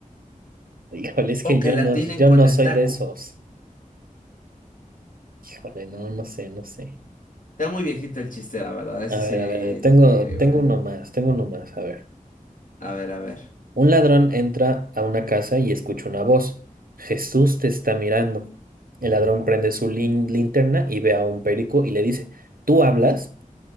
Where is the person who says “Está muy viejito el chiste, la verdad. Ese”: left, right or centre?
Left